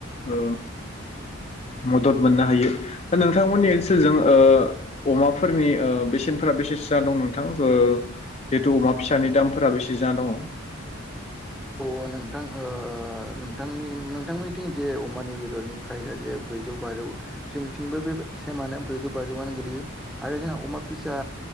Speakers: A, on the left; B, in the centre.
A: औ। मदद मोननो हायो दा नोंथांमोननि ओनसोलजों ओ अमाफोरनि ओ बेसेनफोरा बेसे सो जाना दं नोंथां ओ जिहेतु अमा फिसानि दामफोरा बेसे जाना दङ?
B: अ नोंथां ओ नोंथांनि नोंथांमोननिथिं जे अमानि बेदरनि प्राइसआ जे ब्रैजौ बाजौ जोंनिथिंबो बे सेमानो ब्रैजौ बाजौआनो गोल्लैयो आरो जोंहा अमा फिसा